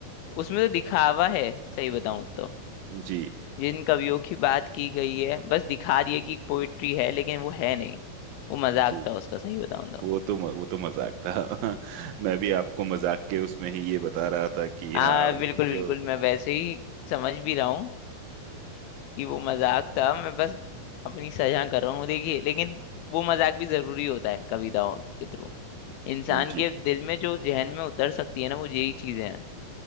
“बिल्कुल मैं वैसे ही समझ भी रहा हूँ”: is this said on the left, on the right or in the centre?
Left